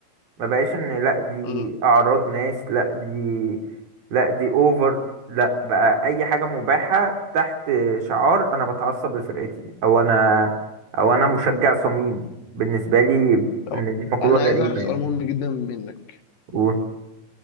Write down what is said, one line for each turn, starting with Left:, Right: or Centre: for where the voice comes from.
Right: ما بقاش ان لا دي
Left: امم
Right: اعراض ناس لا دي لا دي اوفر لا بقى اي حاجة مباحة تحت شعار انا بتعصب لفرقتي او انا او انا مشجع صميم بالنسبة لي
Left: طب
Right: ان دي مقولة
Left: انا
Right: غريبة
Left: عايز اعرف سؤال مهم جدا منك
Right: يعني